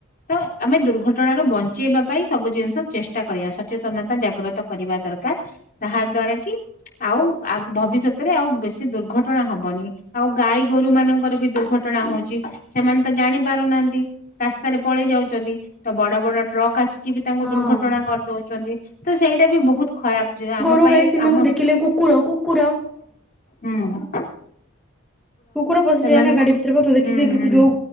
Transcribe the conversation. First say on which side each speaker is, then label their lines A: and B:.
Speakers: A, on the left; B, in the centre.
A: ତ ଆମେ ଦୁର୍ଘଟଣାରୁ ବଞ୍ଚେଇବା ପାଇଁ ସବୁ ଜିନିଷ ଚେଷ୍ଟା କରିବା, ସ ସଚେତନତା ଜାଗ୍ରତ କରିବା ଦରକାର ତାହାଦ୍ଵାରା କି ଆଉ ଭବିଷ୍ୟତରେ ଆଉ ବେଶୀ ଦୁର୍ଘଟଣା ହବନି, ଆଉ ଗାଈ ଗୋରୁ ମାନଙ୍କର ବି ଦୁର୍ଘ ଘଟଣା ହଉଛି ସେମାନେ ତ ଜାଣିପାରୁନାହାନ୍ତି। ରାସ୍ତାରେ ପଳେଇ ଯାଉଚନ୍ତି ତ ବଡ-ବଡ ଟ୍ରକ୍ ଆସି ନ୍ତି ବି ତାଙ୍କୁ
B: ହଁ
A: ଦୁର୍ଘଟଣା କରିଦଉଚନ୍ତି ତ ସେଇଟା ବି ବହୁତ୍ ଖରାପ୍। ଯେ ଆମ
B: ଗୋରୁ
A: ପାଇଁ
B: ଗାଈ ସେମାନଙ୍କୁ
A: ଆମ
B: ଦେଖିଲେ କୁକୁର କୁକୁର
A: ହୁଁ-।
B: କୁକୁର ପଶିଯାଏ
A: ଏମାନଙ୍କ
B: ନା ଗାଡି ଭିତରେ ବା ତୁ ଦେଖିକି
A: ହୁଁ ହୁଁ
B: ଯୋଉ